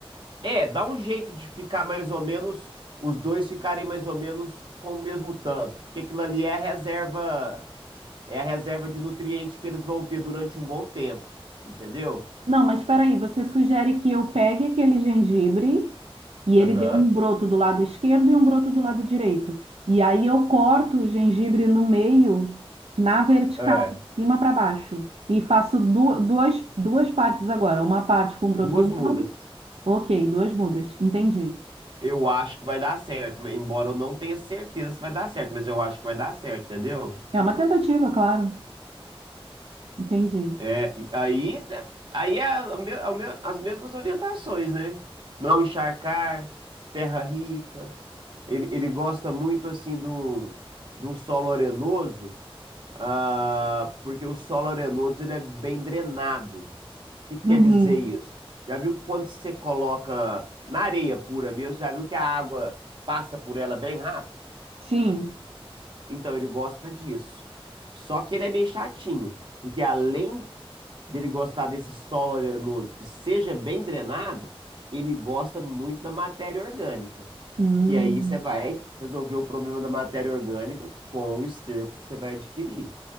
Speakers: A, on the right (about 50°); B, on the right (about 75°).
A: É, dá um jeito de ficar mais ou menos, os dois ficarem mais ou menos com o mesmo tanto, porque aquilo ali é a reserva, é a reserva de nutriente que eles vão ter durante um bom tempo, entendeu?
B: Não, mas espera aí, você sugere que eu pegue aquele gengibre e ele
A: Aham.
B: deu um broto do lado esquerdo e um broto do lado direito. E aí eu corto o gengibre no meio, na vertical,
A: É,
B: de cima para baixo. E faço du- duas, duas partes agora. Uma parte com um broto
A: duas
B: do
A: mudas.
B: lado. Ok, duas mudas. Entendi.
A: Eu acho que vai dar certo, mas- embora eu não tenha certeza se vai dar certo, mas eu acho que vai dar certo, entendeu?
B: É uma tentativa, claro. Entendi.
A: É, e aí, cê- aí é a me- a me- as mesmas orientações, né? Não encharcar, terra rica. Ele, ele gosta muito assim de um, de um solo arenoso, ah, porque o solo arenoso ele é bem drenado. O que que
B: Uhum.
A: quer dizer isso? Já viu quando você coloca na areia pura mesmo, já viu que a água passa por ela bem rápido?
B: Sim.
A: Então ele gosta disso. Só que ele é meio chatinho, porque além dele gostar desse solo arenoso que seja bem drenado, ele gosta muito da matéria orgânica.
B: Hum.
A: Que aí você vai resolver o problema da matéria orgânica com o esterco que você vai adquirir.